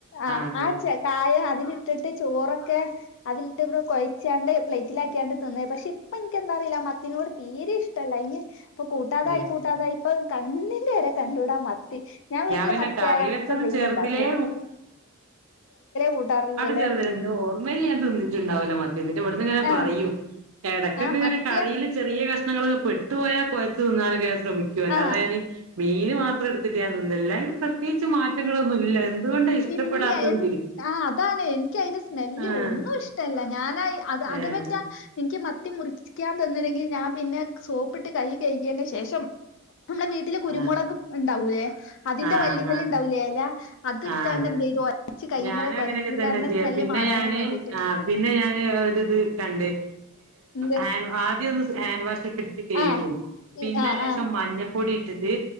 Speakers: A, on the left; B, on the right.
A: ആഹ്
B: അതെ
A: ആ കായം അതിലിട്ടിട്ട് ചോറൊക്കെ അതിലിട്ട് ഇവിടെ കൊഴച്ചാണ്ട് പ്ലേറ്റിലാക്കിയാണ്ട് തിന്നേ പക്ഷെ ഇപ്പ എനിക്കെന്താറിയില്ല മത്തിനോട് തീരെ ഇഷ് കട്ടല്ല ഇനി ഇപ്പൊ കൂട്ടാതായി
B: അതെ
A: കൂട്ടാതായി ഇപ്പൊ കണ്ണിന്റെ നേരെ കണ്ടൂടാ മത്തി ഞാൻ വീട്ടിൽ
B: പിന്നെ
A: മത്തി
B: കറി
A: ആയ അപ്പോ
B: വെച്ചത്
A: എന്തെലും
B: ചെറുതിലേ
A: ഉണ്ടാക്കും.. കൂട്ടാറില്ലല്ലേ
B: ചേർ എന്റെ ഓർമയിൽ ഞാൻ തിട്ടണ്ടാവല്ലോ മത്തി എന്നിട്ടി ഇവിടുന്ന് ഇങ്ങെനെ
A: ആഹ്
B: പറയും.. ഇടയ്ക്കൊക്കെ
A: ആഹ്
B: ഇങ്ങനെ
A: മത്തിയ
B: കറിൽ ചെറിയ കഷ്ങ്ങളൊക്ക പെട്ടു പോയാൽ കുഴച്ചു തിന്നാനൊക്കെ ഞാൻ ശ്രമിക്കുവ അല്ലാതെ
A: ആഹ്
B: ഞാന് മീന് മാത്രം എടുത്തിട്ട് ഞാൻ തിന്നില്ല അതിന് പ്രത്യേകിച്ച് മാറ്റങ്ങളൊന്നുമില്ല എന്തുകൊണ്ടാ ഇഷ്ടപ്പെടാത്തത്
A: ഇല്ല എ ആഹ് അതാണ് എനിക്ക് അതിന്റെ സ്മെല്ല്
B: ആഹ്
A: ഒന്നും ഇഷ്ടമല്ല ഞാനായി അത് അത്
B: ഏഹ്
A: വറ്റാ എനിക്ക് മത്തി മുറിക്കാൻ തന്നണെങ്കിൽ ഞാൻ പിന്നെ സോപ്പിട്ട് കൈ കഴുകിയതിന് ശേഷം നമ്മളെ വീട്ടിലെ കുരുമുളക്
B: ആഹ്
A: ഉണ്ടാവൂലേ അതിന്റെ
B: ആഹ്
A: വള്ളിമേൽ
B: ആഹ്
A: ഉണ്ടാവൂലേ എല അ ത് എടുത്താണ്ട്
B: ആഹ് അതെ
A: എന്ത് ചെയ്തു ഒരച്ച് കൈയ്യുമ്മേലൊക്കെ
B: ഞാനും അങ്ങനെയൊക്കെ
A: ഉരച്ച്
B: തന്നെ
A: കാരണം
B: ചെയ്യാ
A: സ്മെല്ല്
B: പിന്നെ
A: മാറാനും
B: ഞാന്
A: വേണ്ടിയിട്ട്
B: ആഹ് പിന്നെ ഞാന് ഒരു ഇത് കണ്ട്
A: എന്ത്
B: ഹാൻഡ്‌ ആദ്യമൊന്ന് ഹാൻഡ് വാഷ് ഇട്ടിട്ട് കഴുകും
A: ആഹ്
B: പിന്നെ
A: ഈ ആഹ്
B: ലേശം
A: ആഹ്
B: മഞ്ഞൾപ്പൊടി ഇട്ടിട്ട്